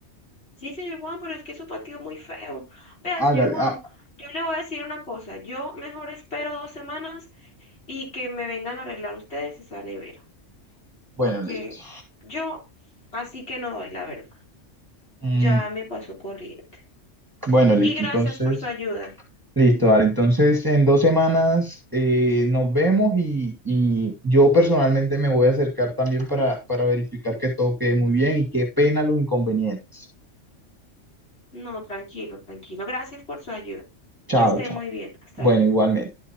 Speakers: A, on the left; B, on the right.
A: Sí, señor Juan, pero es que su patio es muy feo. Vea,
B: hágale.
A: señor Juan,
B: ah,
A: yo le voy a decir una cosa. Yo mejor espero dos semanas y que me vengan a arreglar ustedes esa nevera.
B: bueno,
A: Porque
B: listo.
A: yo así que no doy, la verdad.
B: Mm,
A: Ya me pasó corriente.
B: bueno, listo,
A: Y gracias
B: entonces.
A: por su ayuda.
B: Listo, vale. Entonces, en dos semanas eh, nos vemos y, y yo personalmente me voy a acercar también para, para verificar que todo quede muy bien y qué pena los inconvenientes.
A: No, tranquilo, tranquilo. Gracias por su ayuda.
B: Chao,
A: Que esté
B: chao.
A: muy bien. Hasta
B: Bueno,
A: luego.
B: igualmente.